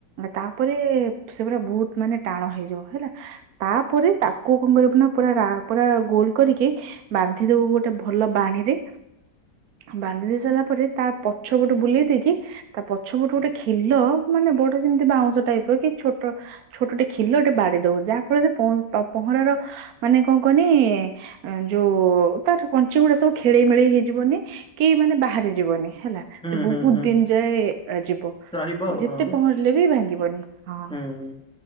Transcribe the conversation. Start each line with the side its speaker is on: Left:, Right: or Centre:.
Right: ତାପ ସେ ସେ ପୁରା ବହୁତ ମାନେ ଟାଣ ହେଇଯିବ ହେଲା ତାପରେ ତା କୋଉ କଣ କରିବୁ ନା ପୁରା ପୁରା ଗୋଲ କରିକି ବାନ୍ଧି ଦବୁ ଗୋଟେ ଭଲ ବାଣୀରେ ବାନ୍ଧି ଦେଇ ସାରିଲା ପରେ ତା ପଛ ପଟୁ ବୁଲେଇ ଦେଇକି ତା ପଛ ପଟୁ ଗୋଟେ ଖିଲ ମାନେ ବ ଯେମିତି ବାଉଁଶ ଟାଇପ ର କି ଛୋଟ ଛୋଟ ଟେ ଖିଲ ଟେ ବାଡେଇ ଦବୁ ଯାହା ଫଳରେ ପଅନ୍ତ ପହଁରା ର ମାନେ କଁ କହନି ଯୋଉ ତାର କଞ୍ଚି ଗୁଡା ସବୁ ଖେଳେଇ ମେଳେଇ ହେଇଯିବନି କି ମାନେ ବା ବାହାରି ଯିବନି ହେଲା
Centre: ହୁଁ,
Right: ସେ ବହୁତ
Centre: ହୁଁ, ହୁଁ
Right: ଦିନି ଯାଏ ଯିବ
Centre: ରହିବ
Right: ଯେତେ
Centre: ଆଉ ହଁ।
Right: ପହଁ ରିଲେ ବି ଭାଙ୍ଗିବନି ହଁ।
Centre: ହୁଁ।